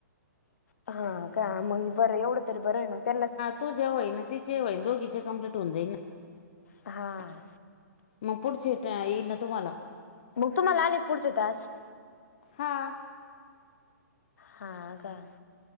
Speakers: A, on the left; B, on the left.
A: हा का मग बरं एवढं तरी बरं आहे. मग त्यालाच
B: तो जेव्हाई ना तिचेईन दोघीचे कम्प्लीट होऊन जाई ना.
A: हा,?
B: मग पुढचेट येईल ना तुम्हाला,
A: तुम्हाला पुढचे टास्क,
B: हा.
A: हा काय?